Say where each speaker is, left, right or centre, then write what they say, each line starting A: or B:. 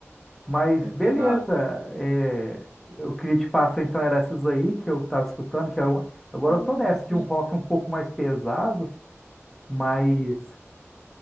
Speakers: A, in the centre; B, on the right.
A: Mas
B: é
A: beleza,
B: verdade.
A: é, eu queria te passar então era essas aí que eu estava escutando, que era um- agora
B: Não,
A: eu tô nessa de
B: foi-
A: um rock um pouco mais pesado, mas